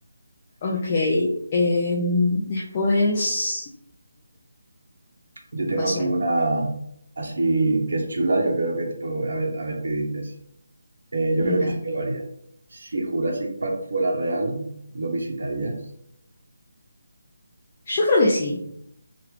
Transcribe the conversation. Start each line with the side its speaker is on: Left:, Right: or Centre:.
Left: Ok, em, después
Right: Yo tengo
Left: pasó
Right: aquí
Left: la
Right: una así que es chula, yo creo que te puedo, a ver, a ver qué dices. Eh, yo
Left: Dale.
Right: creo que sí que lo haría. Si Jurassic Park fuera real, ¿lo visitarías?
Left: Yo creo que sí.